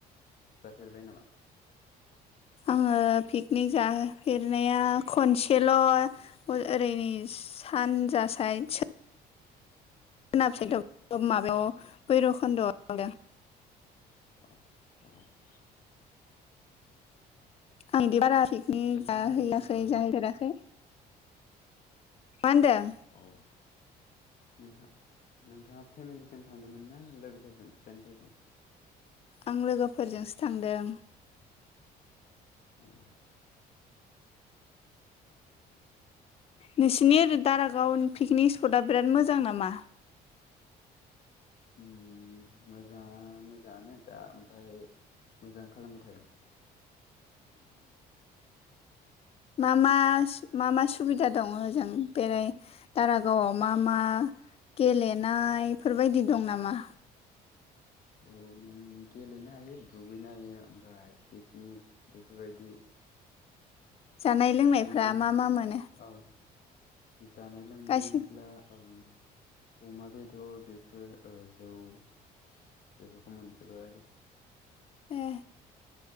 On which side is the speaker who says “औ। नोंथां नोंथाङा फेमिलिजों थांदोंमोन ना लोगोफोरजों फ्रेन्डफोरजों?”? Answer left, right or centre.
Left